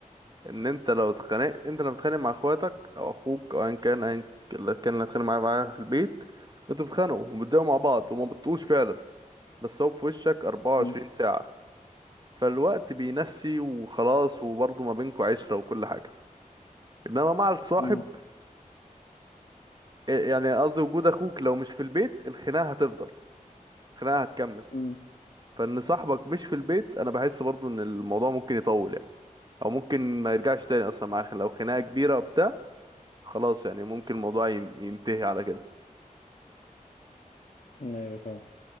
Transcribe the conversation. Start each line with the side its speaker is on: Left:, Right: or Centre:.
Right: ان انت لو اتخانقت انت لما بتتخانق مع اخواتك او اخوك او ايا كان ايا اللي كان اللي هتخانق معاه معاه في البيت انتوا بتتخانقوا وبتضايقوا مع بعض وما بتطقوش فعلا بس هو في وشك 24
Left: امم
Right: ساعة فالوقت بينسي وخلاص وبرضه ما بينكوا عشرة وكل حاجة انما مع الصاحب
Left: امم
Right: إيه يعني قصدي وجود اخوك لو مش في البيت الخناقة هتفضل الخناقة هتكمل
Left: امم
Right: فان صاحبك مش في البيت انا بحس برضه ان الموضوع ممكن يطول يعني او ممكن ما يرجعش تاني اصلا معاه لو خناقة كبيرة بتاع خلاص يعني ممكن الموضوع ين- ينتهي على كده
Left: ايوه فاهم